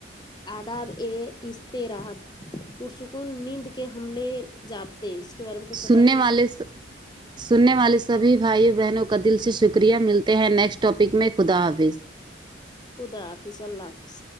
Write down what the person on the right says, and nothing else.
سننے
والے سننے والے سبھی بھائیوں بہنوں کا دل سے شکریہ ملتے ہیں نیکسٹ ٹاپک میں خدا حافظ